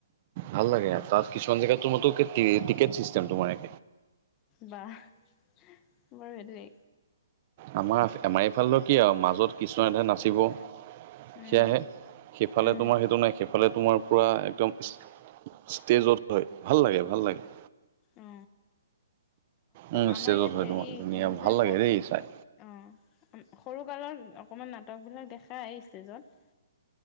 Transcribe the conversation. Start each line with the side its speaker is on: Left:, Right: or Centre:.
Right: ভাল লাগে আৰু তাত কিছুমান জেগাটো তোৰ টিকেট চিষ্টেম তোমাৰে।
Left: বা বাৰু সেইটোৱে।
Right: আমাৰ আমাৰ এইফালেতো কি আও মাজত কৃষ্ণ এধে নাচিব
Left: উম
Right: সেয়াহে। সেইফালে
Left: উম
Right: তোমাৰ সেইটো নাই সেইফ <unintelligible> সফালে তোমাৰ পূৰা একদম ষ্টেজত হয় ভাল লাগে ভাল লাগে। <unintelligible>
Left: অ।
Right: উম
Left: আমাৰ
Right: ষ্টেজত
Left: ইয়াত
Right: হয়
Left: হেৰি
Right: তোমাৰ ধুনীয়া
Left: কি নাম
Right: ভাল
Left: চ অ
Right: লাগে
Left: সৰু
Right: দেই চাই।
Left: কালৰ অকমান নাটক বিলাক দেখা ষ্টেজত,